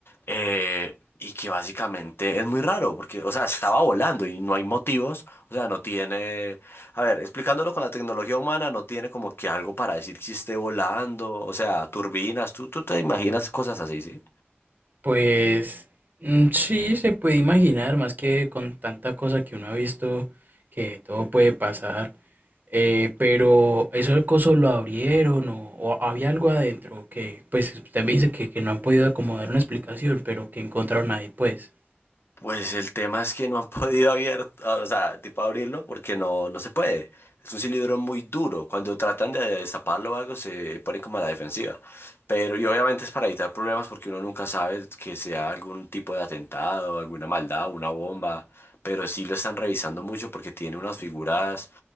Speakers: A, on the left (about 70°); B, on the right (about 50°).
A: eh, Y que básicamente es muy raro, porque, o sea, estaba volando y no hay motivos, o sea, no tiene a ver, explicándolo con la tecnología humana, no tiene como que algo para decir si esté volando, o sea, turbinas, tú, tú te imaginas cosas así, ¿sí?
B: Pues mm, sí, se puede imaginar, más que con tanta cosa que uno ha visto, que todo puede pasar, eh, pero eso el coso lo abrieron o, o había algo adentro que, pues usted me dice que, que no han podido acomodar una explicación, pero que encontraron ahí, pues.
A: Pues el tema es que no han <laughs> podido abrir, o sea, tipo abrirlo porque no, no se puede. Es un cilindro muy duro. Cuando tratan de destaparlo o algo, se pone como a la defensiva. Pero, y obviamente es para evitar problemas porque uno nunca sabe que sea algún tipo de atentado, alguna maldad, una bomba. Pero sí lo están revisando mucho porque tiene unas figuras